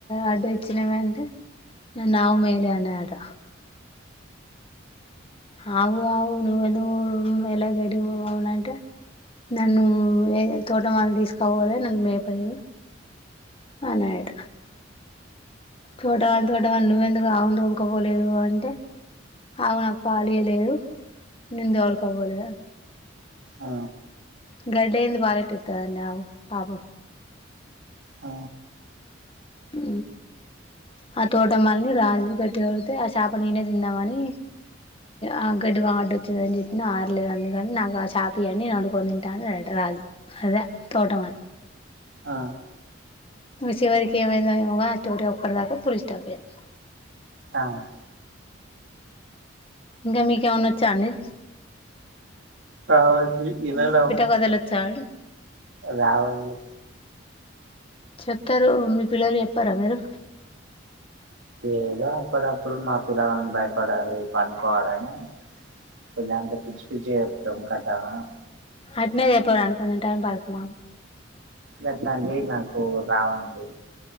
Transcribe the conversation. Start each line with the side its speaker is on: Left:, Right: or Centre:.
Left: అడ్డొచ్చినావంటే నన్ను ఆవు మెయలే అన్నదట ఆవు ఆవు నువ్వు ఎందుకు మెయ్యలేదంటే గడ్డివామంటే నన్ను ఏ తోట వాళ్ళని తీసుకోవాలి నన్ను మేపడిదు అనాట తోటవాళ తోటవాళ నువ్వెందుకు ఆవు తోలుకపోలేదు అంటే ఆవు నాకు పాలు చేయలేదు నేను తోలుకపోలే అన్నది
Right: ఆ
Left: గడ్డి ఎందుకు పారిత్తది ఆ పాపం
Right: అ
Left: ఊ ఆ తోటమ్మల్ని రాజులు కట్టికడితే ఆ చేప ననే తిందాంమని అ గడ్డివాము అట్ట వచ్చింది అని చెప్పిన లేదు అందుకని నాకు ఆ చాపీ అని నేను అడుకొని తింటాను అది యట రాదు అదే తోట మాది
Right: ఆ
Left: చివరికి ఏమైందో ఏమో గని ఆ స్టోరీ అక్కడి దాకా పుల్ స్టాప్ అయ్యింది
Right: అవున
Left: ఇంకా మీకేమన్నా వచ్చాఅండి
Right: ఏమండీ వినడం
Left: కథలు వచ్చా అండి
Right: రాదండి
Left: చెప్తారు మీ పిల్లలు చెప్పారా మీరు
Right: ఏదో అప్పుడప్పుడు మా పిల్లని భయపడాలి పనుకోవాలని కథ అంత పిచ్చి పిచ్చిగా చెప్పుతావు కదా కథ
Left: అట్లనే చెప్పుదాం అనుకున్న టైం పాస్ కు
Right: గట్లాంటివి అండి నాకు రావండి